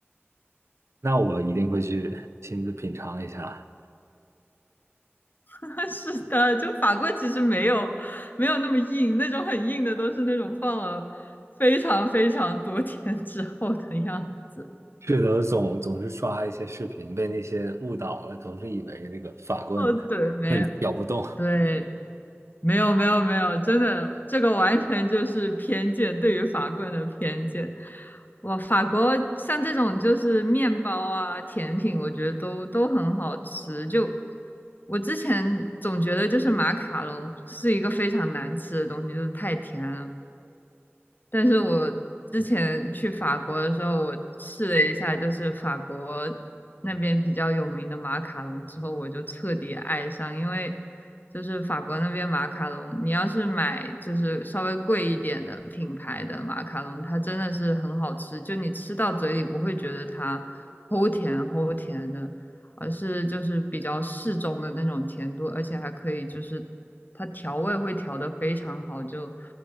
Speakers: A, on the right; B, on the left.
A: 那我一定会去亲自品尝一下。
B: <laughs> 是的，就法棍其实没有没有那么硬，那种很硬的都是那种放了非常非常多天之后的样子。
A: 是的，总总是刷一些视频，被那些误导了，总是以为这个法棍
B: 哦，对，没有，
A: 棍咬不动。
B: 对，没有没有没有，真的，这个完全就是偏见，对于法棍的偏见。哇，法国像这种就是面包啊、甜品，我觉得都都很好吃。就我之前总觉得就是马卡龙是一个非常难吃的东西，就是太甜了。但是我之前去法国的时候，我试了一下，就是法国那边比较有名的马卡龙之后，我就彻底爱上，因为就是法国那边马卡龙，你要是买就是稍微贵一点的品牌的马卡龙，它真的是很好吃，就你吃到嘴里不会觉得它齁甜齁甜的，而是就是比较适中的那种甜度，而且还可以就是它调味会调得非常好，就。